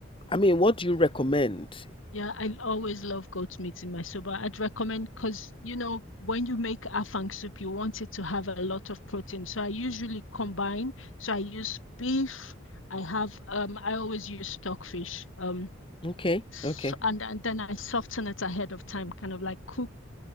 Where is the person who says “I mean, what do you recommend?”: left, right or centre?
Left